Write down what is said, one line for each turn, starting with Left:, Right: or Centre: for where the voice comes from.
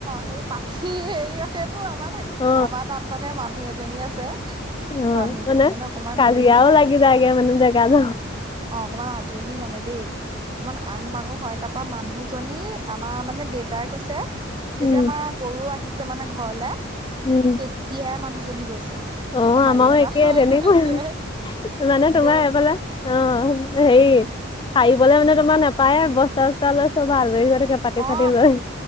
Right: সেই পাখি হে সেইটো আমাৰ থ
Left: অ
Right: আমাৰ তাত মানে মানুহ এজনী আছে।
Left: অ
Right: মানুহজনী
Left: মানে
Right: অকমান
Left: কাজিয়ও
Right: হেৰি আ
Left: লাগি থগে মানে জেগা
Right: অ
Left: ন।
Right: অ অকণমান আজলি মানে দেই অকমান আং বাঙো হয়। তাৰাপা মানুহজনী আমাৰ মানে দেউতাই কৈছে যেতিয়া
Left: উম
Right: আমাৰ গৰু আহিছে। মানে ঘৰলে
Left: উম
Right: তেতিয়াই মানুহজনী গৈছে।
Left: অ
Right: ঢাৰি
Left: আমাৰো
Right: এটাত
Left: একে
Right: লৈ
Left: তেনেকুৱাই
Right: গৈছে
Left: মানে তোমাৰ
Right: গৈ।
Left: অ হেৰি সাৰিবলে মানে তোমাৰ নোপায় বস্তা চস্তা লৈ। চব আজৰি হৈ থাকে পাতি
Right: অ
Left: চাতি লৈ